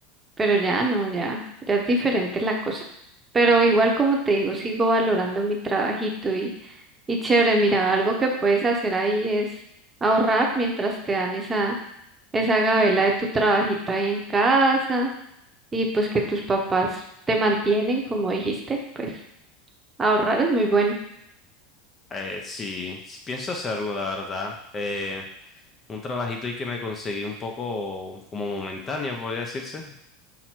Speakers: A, on the right (about 20°); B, on the left (about 25°).
A: Pero ya no, ya, ya es diferente la cosa. Pero igual como te digo, sigo valorando mi trabajito y, y chévere, mira, algo que puedes hacer ahí es ahorrar mientras te dan esa, esa gabela de tu trabajito ahí en casa y pues que tus papás te mantienen, como dijiste, pues ahorrar es muy bueno.
B: Eh, sí, sí pienso hacerlo, la verdad. Eh, un trabajito y que me conseguí un poco como momentáneo, podría decirse.